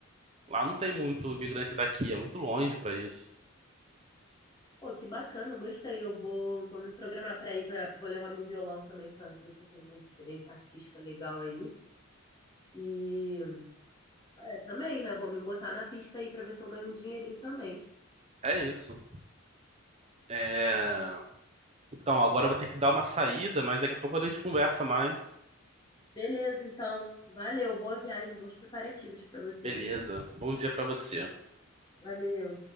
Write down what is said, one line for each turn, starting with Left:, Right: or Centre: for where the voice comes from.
Right: Lá não tem muito imigrante daqui, é muito longe pra isso.
Left: Pô, que bacana, eu gostei. Eu vou, vou me programar para ir para, vou levar meu violão também para ver se eu tenho uma experiência artística legal aí. E é, também, né? Vou me botar na pista aí para ver se eu ganho um dinheirinho também.
Right: É isso. É... Então, agora eu vou ter que dar uma saída, mas daqui a pouco a gente conversa mais.
Left: Beleza, então. Valeu. Boa viagem, bons preparativos para você,
Right: Beleza.
Left: viu?
Right: Bom dia pra você.
Left: Valeu.